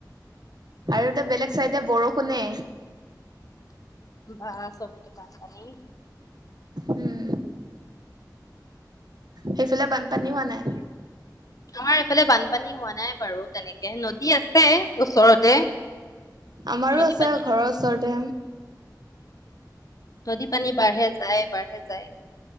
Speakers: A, on the right (about 65°); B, on the left (about 55°).
A: আৰু এটা বেলেগ চাইডে বৰষুণে
B: বা চব বোকাপানী
A: উম। সেইফালে বানপানী হোৱা নাই?
B: আমাৰ এইফালে বানপানী হোৱা নাই বাৰু তেনেকে নদী আছে ওচৰতে।
A: আমাৰো
B: নদী
A: আছে
B: পানী,
A: ঘৰৰ ওচৰতে
B: নদী পানী বাঢ়ে যায়, বাঢ়ে যায়।